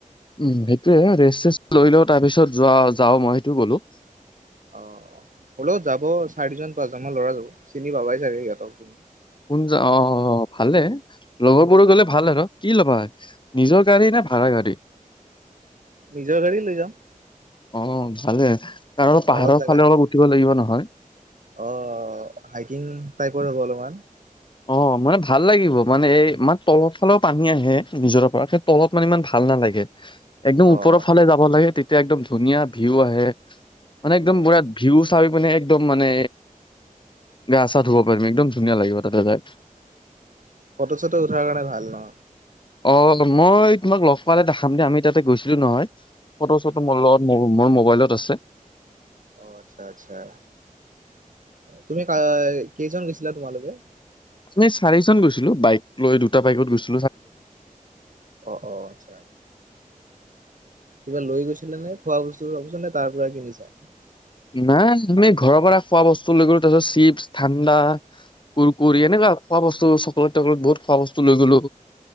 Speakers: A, on the left (about 35°); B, on the right (about 65°).
A: উম, সেইটোয়ে ৰেষ্ট চচ লৈ লও তাৰ পিছত যোৱা যাও মই সেইটো গ'লো।
B: অ, বোলও যাব চাৰিজন পাচজন ম ল'ৰা যাব চিনি পাবাই চাগে সিহতক তুমি
A: কোন যা অ, ভালে লগৰ বোৰ গলে ভাল আৰু কি ল'বা নিজৰ গাড়ী নোল ভাৰা গাড়ী।
B: নিজৰ গাড়ী লৈ যাম।
A: অ, ভালে কাৰণ পাহাৰ
B: অলপ জেগা
A: ফালে অলপ উঠিব লাগিব নহয়।
B: অ, হাইকিং টাইপৰ হ'ব অলপমান।
A: অ, মানে ভাল লাগিব মানে এই ইাৰ তলত ফালেও পানী আহে নিজৰ পৰা সেই তলত মানে ইমান ভাল ন। লাগে। একদম
B: অ'।
A: ওপৰৰ ফালে যাব লাগে তেতিয়া একদম ধুনীয়া ভিউ আহে মানে একদম
B: অ
A: বিৰাট ভিউ। চাব পিনে একদম মানে গা চা ধুব পাৰিম একদম ধুনীয়া লাগিব তাতে যাই।
B: ফটো চটো উঠাৰ কাৰণে ভাল ন'
A: অ', মই তোমাক লগ পোৱালে দেখাম দিয়া আমি তাতে গৈছিলো নহয় ফটো
B: ন?
A: চটো মোৰ লগত মোৰ মোবাইলত আছে।
B: অ', আচ্ছা-আচ্ছা। তুমি কাই কেইজন গৈছিলা তোমালোকে?
A: আমি চাৰিজন গৈছিলো বাইক লৈ দুটা বাইকত গৈছিলো।
B: অ', -অ', আচ্ছা। কিবা লৈ গৈছিলে নে খোৱা বস্তু চোবা বস্তু নে তাৰ পৰা কিনিছা।
A: নাই আমি ঘৰৰ পৰা খোৱা বস্তু লৈ গলো তাৰ পিছত চিপছ ঠাণ্ডা কুৰকুৰি এনেৱা খোৱা বস্তু চকলেট টকলেট বহুত খোৱা বস্তু লৈ গলোঁ।